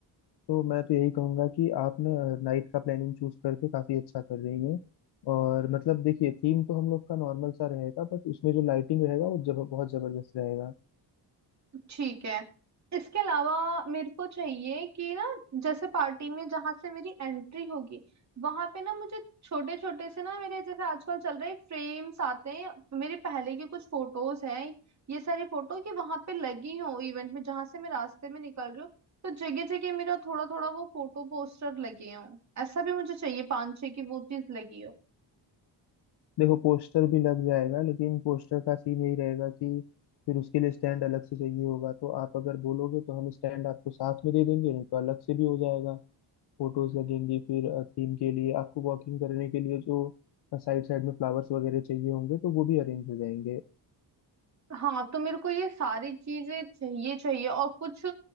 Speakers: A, on the left; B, on the right.
A: तो मैं तो यही कहूँगा कि आप ना नाइट का प्लानिंग चूज करके काफ़ी अच्छा कर रही हैं और मतलब देखिए थीम तो हम लोग का नॉर्मल सा रहेगा बट उसमें जो लाइटिंग रहेगा वो जब बहुत ज़बरदस्त रहेगा
B: ठीक है इसके अलावा मेरे को चाहिए कि ना जैसे पार्टी में जहां से मेरी एंट्री होगी वहां पे ना मुझे छोटे छोटे से ना मेरे जैसे आजकल चल रहे फ्रेम्स आते हैं मेरे पहले के कुछ फोटोज हैं ये सारी फोटो कि वहां पे लगी हो इवेंट में जहां से मैं रास्ते में निकल रही हूँ तो जगह जगह मेरा थोड़ा थोड़ा वो फोटो पोस्टर लगे हों ऐसा भी मुझे चाहिए पांच छह की वो चीज लगी हो
A: देखो पोस्टर भी लग जाएगा लेकिन पोस्टर का सीन यही रहेगा कि फिर उसके लिए स्टैंड अलग से चाहिए होगा तो आप अगर बोलोगे तो हम स्टैंड आपको साथ में दे देंगे नहीं तो अलग से भी हो जाएगा फोटोज लगेंगी फिर थीम के लिए आपको वॉकिंग करने के लिए जो साइड साइड में फ्लावर्स वगैरह चाहिए होंगे तो वो भी अरेंज हो जाएंगे
B: हाँ तो मेरे को ये सारी चीजें चाहिए चाहिए और कुछ